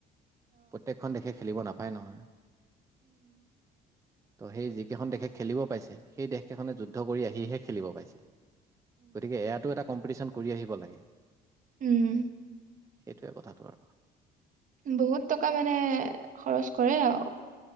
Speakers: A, on the right; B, on the right.
A: প্ৰত্যেকখন দেশে খেলিব নাপ হয়, নহয়। ত সেই যিকেইখন দেশে খেলিব পাইছে, সেই দেশকেইখনে যুদ্ধ কৰি আহিহে খেলিব পাইছে। গতিকে এয়াতো এটা কম্পিটিচন কৰি আহিব লাগে।
B: উম।
A: সেইটোৱে কথাটো আৰু।
B: বহুত টকা মানে খৰচ কৰে আৰু